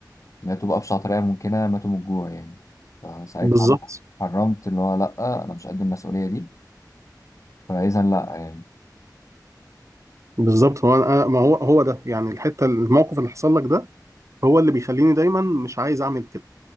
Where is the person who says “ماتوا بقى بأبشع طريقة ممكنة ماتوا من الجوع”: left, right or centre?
Left